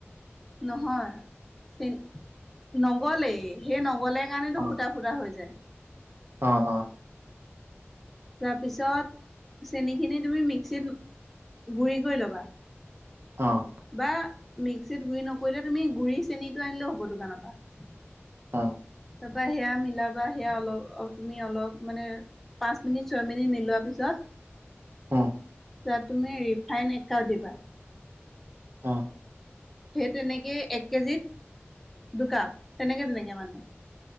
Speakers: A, in the centre; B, on the right.
A: নহয় চ নগলেই সেই নগলে। সেইকাৰণেতো
B: অ',
A: ফুটা ফুটা হৈ যায়।
B: অ অ।
A: তাৰপিছত চেনিখিনি তুমি মিক্সিত গুড়ি কৰি ল'বা।
B: অহ।
A: বা মিক্সিত গুৰি নকৰিলে তুমি গুড়ি চেনিটো আনিলেও হ'ব দোকানৰ পৰা।
B: অ।
A: তাৰপা সেয়া মিলাবা সেয়া অলপ তুমি অলপ মানে। পাঁচ মিনিট ছয় মিনিট মিলোৱা পিছত।
B: হ।
A: তাত তুমি ৰিফাইন একাও দিবা
B: অ
A: সেই তেনেকেই এক কেজিত দুকাপ তেনেকে তেনেকে মানে।